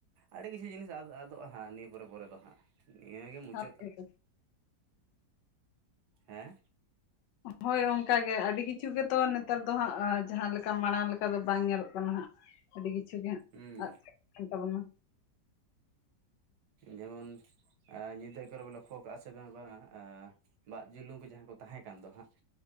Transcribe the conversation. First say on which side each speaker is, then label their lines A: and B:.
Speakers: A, on the right; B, on the left.
A: ᱟᱹᱰᱤ ᱠᱤᱪᱷᱩ ᱡᱤᱱᱤᱥ ᱟ ᱟᱫᱚᱜᱼᱟ ᱦᱟᱸᱜ ᱱᱤᱭᱟᱹ ᱯᱚᱨᱮ ᱯᱚᱨᱮ ᱫᱚ ᱦᱟᱸᱜ ᱱᱤᱭᱟᱹ ᱜᱮ ᱢᱩᱪᱟᱹᱫ
B: ᱦᱳᱭ
A: ᱦᱮᱸ
B: ᱦᱳᱭ ᱚᱝᱠᱟ ᱜᱮ ᱟᱹᱰᱤ ᱠᱤᱪᱷᱩ ᱜᱮᱛᱚ ᱱᱮᱛᱟᱨ ᱫᱚ ᱦᱟᱸᱜ ᱡᱟᱦᱟᱸ ᱞᱮᱠᱟ ᱢᱟᱲᱟᱝ ᱞᱮᱠᱟ ᱫᱚ ᱵᱟᱝ ᱧᱮᱞᱚᱜ ᱠᱟᱱᱟ ᱦᱟᱸᱜ᱾ ᱟᱹᱰᱤ ᱠᱤᱪᱷᱩ ᱜᱮ ᱦᱟᱸᱜ
A: ᱦᱩᱸ
B: ᱟᱫ ᱟᱠᱟᱱ ᱛᱟᱵᱚᱱᱟ᱾
A: ᱡᱮᱢᱚᱱ ᱟᱸ ᱧᱤᱫᱟᱹ ᱠᱚᱨᱮ ᱵᱤᱱ ᱞᱚᱠᱠᱷᱚ ᱠᱟᱜᱼᱟ ᱥᱮ ᱵᱟᱝ ᱵᱟᱝ-ᱟ, ᱟᱸ ᱵᱟᱜ ᱡᱩᱞᱩᱝ ᱠᱚ ᱡᱟᱦᱟᱸ ᱠᱚ ᱛᱟᱦᱮᱸ ᱠᱟᱱ ᱫᱚ ᱦᱟᱸᱜ